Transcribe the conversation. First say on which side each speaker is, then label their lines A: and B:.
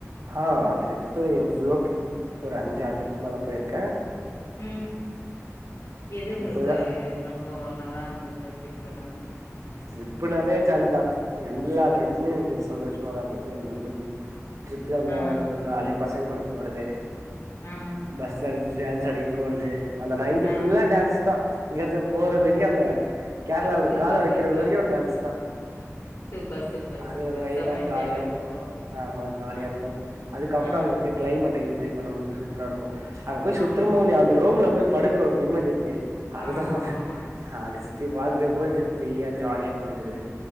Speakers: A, on the right (about 65°); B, on the left (about 80°).
A: ஆ ட்ரிப்பு எவ்ளோ ட்ரிப் ஒரு அஞ்சாறு ட்ரிப் மேல போயிருக்கே
B: ம் எது
A: ட்ரிப்பு
B: உங்களுக்கு
A: தா
B: ரொம் போ நல்லா இருந்தது ட்ரிப்புன்னா
A: ட்ரிப்புனாலே ஜாலி தா எல்லா ட்ரிப்புமே எனக்கு சந்தோஷமாதா போச்சு எந்த இது ட்ரிப்ல எல்லாரு
B: ஆ
A: ஜாலியா பசங் கூட போறது
B: ஆ
A: பஸ் <unintelligible> டான்ஸ் ஆடிட் போறது அந்த நைட்டு
B: ஆ
A: ஃபுல்லா டான்ஸ் தா இங்க இருந்து போற வரையு அந்த கேரளால
B: சூப்பர்
A: கால வக்கிற
B: சூப்பர்
A: வரையு டான்ஸ் தா
B: சூப்பர் சூப்பர்
A: அது
B: சூப்பர்
A: ஒரு வைபா
B: செம என்ஜாய்மன்ட்
A: ஜாலியா போ
B: அப்போ
A: ஆமா ஜாலியா
B: ஆ
A: இருக்கு அதுக்கப்பறோ
B: ஆ
A: அங்க இருக்க கிளைமட்டு என்ஜாய் பண்ணம் போது சூப்பரா இருக்கு அங்க போய் சுத்துருமோ
B: ஆமா
A: இல்லயோ அந்த ரூம்ல போய் படுக்குற ஒரு நிம்மதி இருக்கே அதுதா
B: ஆமா ஆமா
A: அது சுத்தி பாத்துட்டு போய்ட்டு ஃப்ரீயா ஜாலியா படுகுறது